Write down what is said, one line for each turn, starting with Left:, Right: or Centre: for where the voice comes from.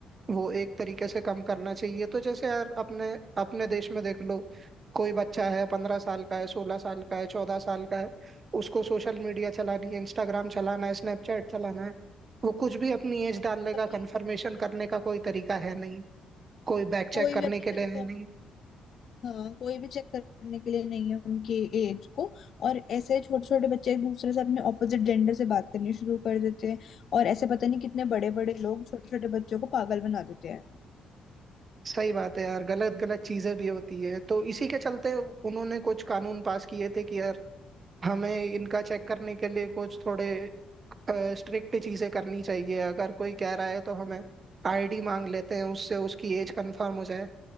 Right: वो एक तरीके से कम करना चाहिए तो जैसे यार अपने अपने देश में देख लो कोई बच्चा है पंद्रह साल का है सोलह साल का है चौदह साल का है उसको सोशल मीडिया चलानी है इंस्टाग्राम चलाना है स्नैपचैट चलाना है वो कुछ भी अपनी एज डालने
Left: वही
Right: का कंफर्मेशन
Left: वही
Right: करने का कोई
Left: हाँ,
Right: तरीका है नहीं कोई बैक चेक
Left: कोई
Right: करने
Left: भी अपनी
Right: के लिए
Left: कंफर्म
Right: है नहीं
Left: हाँ कोई भी चेक करने के लिए नहीं है उनकी एज को और ऐसे छोटे छोटे बच्चे एक दूसरे से अपने ऑपोजिट जेंडर से बात करनी शुरू कर देते हैं और ऐसे पता नहीं कितने बड़े बड़े लोग छोटे छोटे बच्चों को पागल बना देते हैं
Right: सही बात है यार गलत गलत चीजें भी होती है तो इसी के चलते उन्होंने कुछ कानून पास किए थे कि यार हमें इनका चेक करने के लिए कुछ थोड़े स्ट्रिक्ट चीजें करनी चाहिए अगर कोई कह रहा है तो हमें आईडी मांग लेते हैं उससे उसकी एज कंफर्म हो जाए